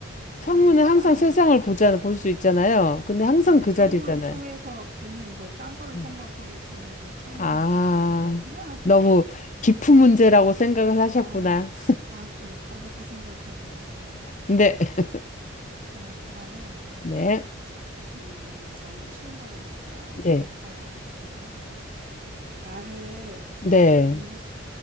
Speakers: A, on the right; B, on the left.
A: 아.
B: 창문은 항상 세상을 보잖아, 볼 수 있잖아요. 근데 항상
A: 아, 난
B: 그
A: 창문을
B: 자리잖아요.
A: 통해서 보는 뭐 딴 거를
B: 음.
A: 생각하고 있었는데 창문이
B: 아,
A: 정답인 거구나.
B: 너무 깊은 문제라고 생각을
A: 아,
B: 하셨구나.
A: 아, 좀 가볍게 생각해야 되겠어요.
B: 근데, <laughs>
A: 어, 그러면,
B: 네,
A: 음, 저는 쉬운 걸로 낼게요.
B: 네,
A: 잘 들어보세요. 나를,
B: 네,
A: 아, 근데 이 문제, 수-